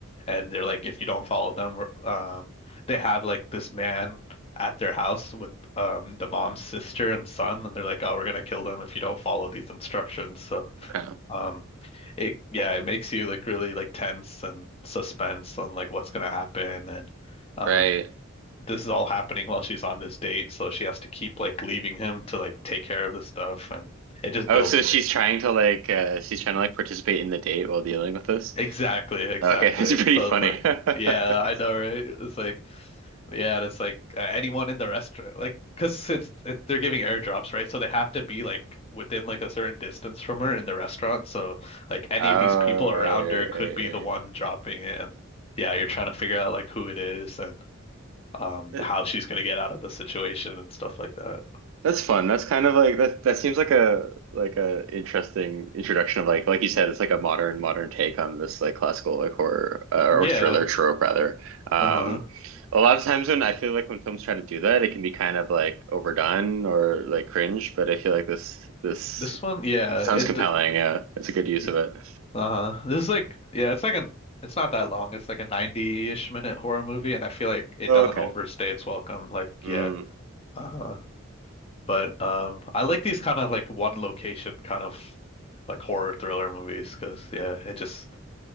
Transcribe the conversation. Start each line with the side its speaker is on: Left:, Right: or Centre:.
Left: And they're like, if you don't follow them, we're- um, they have like this man at their house with um, the mom's sister and son, and they're like, oh, we're gonna kill them if you don't follow these instructions. So
Right: Okay.
Left: um, it yeah, it makes you like really like tense and suspense on like what's gonna happen and. Um,
Right: Right.
Left: this is all happening while she's on this date, so she has to keep like leaving him to like take care of this stuff and it just
Right: Oh,
Left: builds
Right: so she's
Left: like
Right: trying to like uh, she's trying to like participate in the date while dealing with this.
Left: exactly, exactly.
Right: Okay, <laughs> it's pretty
Left: So
Right: funny.
Left: it's like,
Right: <laughs>
Left: yeah, I know, right? It's like, yeah, and it's like uh, anyone in the restaurant, like, because it's it, they're giving airdrops, right? So they have to be like within like a certain distance from her in the restaurant. So like any
Right: Oh,
Left: of these people
Right: right,
Left: around
Right: right,
Left: her could
Right: right,
Left: be
Right: right.
Left: the one dropping it, and yeah, you're trying to figure out like who it is and um
Right: That,
Left: how she's gonna get out of the situation and stuff like that.
Right: that's fun. That's kind of like that. That seems like a like a interesting introduction of like like you said, it's like a modern modern take on this like classical like horror uh, or
Left: Yeah,
Right: thriller trope rather. Um,
Left: Uh-huh.
Right: a lot of times when I feel like when films try to do that, it can be kind of like overdone or like cringe. But I feel like this this
Left: This one, yeah,
Right: sounds
Left: it
Right: compelling.
Left: d-
Right: Yeah, it's a good use
Left: y-
Right: of it.
Left: uh-huh. This is like yeah, it's like an it's not that long. It's like a 90-ish minute horror movie and I feel like it
Right: Oh,
Left: doesn't
Right: Okay.
Left: overstay its welcome. Like
Right: Mm.
Left: yeah. Uh-huh. But um I like these kind of like one location kind of like horror thriller movies 'cause yeah, it just